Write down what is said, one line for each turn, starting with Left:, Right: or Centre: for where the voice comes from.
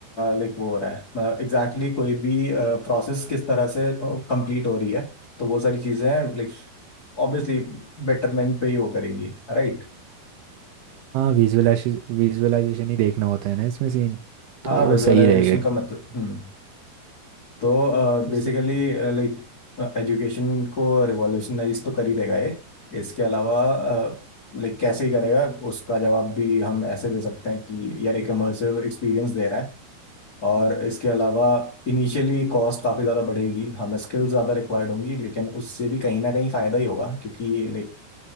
Left: लाइक वो हो रहा है मतलब एग्जैक्टली exactly कोई भी प्रोसेस किस तरह से कंप्लीट हो रही है तो वो सारी चीजें लाइक ऑब्वियसली बेटरमेंट पे ही वो करेंगी राइट
Right: विजुअलाइजेशन विजुअलाइजेशन ही देखना होता है ना इसमें सीन
Left: हाँ
Right: तो
Left: विजुअलाइजेशन
Right: सही रहेगा कि
Left: का मतलब हम्म तो
Right: तो
Left: बेसिकली
Right: सही है
Left: लाइक एजुकेशन को रिवॉल्यूशनाइज तो कर ही देगा ये इसके अलावा लाइक कैसे ही करेगा उसका जवाब भी हम ऐसे दे सकते हैं कि यार एक इमर्सिव एक्सपीरियंस दे रहा है और इसके अलावा इनिशियली कॉस्ट काफ़ी ज़्यादा बढ़ेगी हमें स्किल्स ज़्यादा रिक्वायर्ड होंगी लेकिन उससे भी कहीं ना कहीं फ़ायदा ही होगा क्योंकि लाइक